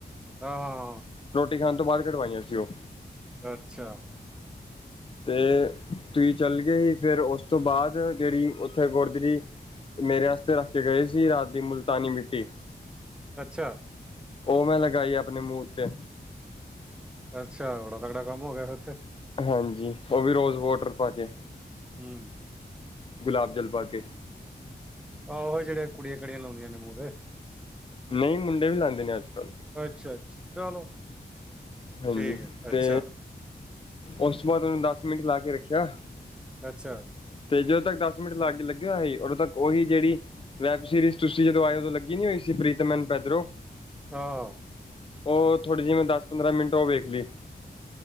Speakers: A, in the centre; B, on the left.
A: ਹਾਂਹਾਂ
B: ਰੋਟੀ ਖਾਣ ਤੋਂ ਬਾਅਦ ਕਢਵਾਈਆਂ ਸੀ ਉਹ
A: ਅੱਛਾ।
B: ਤੇ ਤੁਸੀਂ ਚੱਲ ਗਏ ਹੀ ਫੇਰ ਉਸ ਤੋਂ ਬਾਅਦ, ਜਿਹੜੀ ਉੱਥੇ ਗੁਰਦੁਰੀ ਮੇਰੇ ਆਸਤੇ ਰੱਖ ਕੇ ਗਏ ਸੀ, ਰਾਤ ਦੀ ਮੁਲਤਾਨੀ ਮਿੱਟੀ।
A: ਅੱਛਾ।
B: ਉਹ ਮੈਂ ਲਗਾਈ ਆਪਣੇ ਮੂੰਹ ਉੱਤੇ
A: ਅੱਛਾ, ਵੜਾ ਤਗੜਾ ਕੰਮ ਹੋ ਗਿਆ ਫਿਰ ਤੇ
B: ਹਾਂਜੀ ਉਹ ਵੀ ਰੋਜ਼ ਵੋਟਰ ਪਾ ਕੇ
A: ਹੁ
B: ਗੁਲਾਬ ਜਲ ਪਾ ਕੇ
A: ਆਹ ਉਹ ਜਿਹੜੇ ਕੁੜੀਆਂ ਕਾੜੀਆਂ ਲਾਉਂਦੀਆਂ ਨੇ ਮੂੰਹ ਦੇ
B: ਨਹੀਂ ਮੁੰਡੇ ਵੀ ਲਾਂਦੇ ਨੇ ਅੱਜ ਕੱਲ੍ਹ
A: ਅੱਛਾ ਅੱਛਾ, ਚਲੋ।
B: ਹਾਂਜੀ,
A: ਠੀਕ ਹੈ
B: ਤੇ
A: ਅੱਛਾ
B: ਉਸ ਤੋਂ ਬਾਅਦ ਉਹਨੂੰ ਦਸ ਮਿੰਟ ਲਾ ਕੇ ਰੱਖਿਆ।
A: ਅੱਛਾ
B: ਤੇ ਜਦੋਂ ਤੱਕ ਦਸ ਮਿੰਟ ਲਾਗੇ ਲੱਗਿਆ ਸੀ ਉਦੋਂ ਤੱਕ ਉਹੀ ਜਿਹੜੀ ਵੈਬ ਸੀਰੀਜ਼ ਤੁਸੀਂ ਜਦੋਂ ਆਏ ਓਦੋਂ ਲੱਗੀ ਨੀ ਹੋਈ ਸੀ ਪ੍ਰੀਤਮੈਨ ਪੈਦਰੋਂ
A: ਹਾਂ
B: ੳਹ ਥੋੜੀ ਜਿਹੀ ਮੈਂ ਦਸ ਪੰਦਰਾਂ ਮਿੰਟ ਉਹ ਵੇਖ ਲਈ